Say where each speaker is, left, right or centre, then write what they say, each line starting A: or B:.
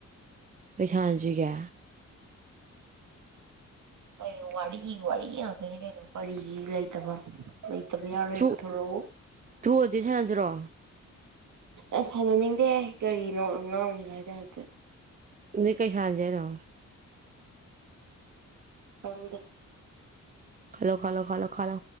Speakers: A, on the right (about 25°); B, on the right (about 70°).
A: ꯀꯩꯁꯥꯟꯅꯟꯁꯤꯒꯦ
B: ꯀꯩꯅꯣ ꯋꯥꯔꯤꯒꯤ ꯋꯥꯔꯤ ꯉꯥꯛꯇꯅꯤ ꯀꯩꯅꯣ ꯀꯔꯤꯒꯤ ꯂꯩꯇꯕ ꯂꯩꯇꯕ ꯌꯥꯔꯣꯏ
A: ꯇ꯭ꯔꯨ
B: ꯄꯨꯊꯣꯔꯛꯎ
A: ꯇ꯭ꯔꯨ ꯑꯣꯏꯔꯗꯤ ꯁꯥꯟꯅꯁꯤꯔꯣ
B: ꯑꯁ ꯁꯥꯟꯅꯅꯤꯡꯗꯦꯍꯦ ꯀꯔꯤꯅꯣ ꯑꯉꯥꯡ ꯃꯥꯏ ꯇꯥꯏꯞꯇ
A: ꯎꯅꯤꯛ ꯀꯩꯁꯥꯟꯖꯦ ꯍꯥꯏꯅꯣ
B: ꯈꯪꯗꯦ
A: ꯈꯜꯣ ꯈꯜꯣ ꯈꯜꯣ ꯈꯂꯣ